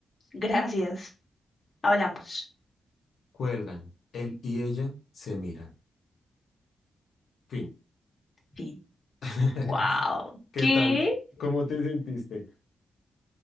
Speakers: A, on the left (about 25°); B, on the left (about 70°).
A: Gracias. Hablamos.
B: cuelgan. Él y ella se miran. Fin.
A: Fin.
B: <laughs>
A: Wow.
B: ¿Qué
A: ¿Qué?
B: tal? ¿Cómo te sentiste?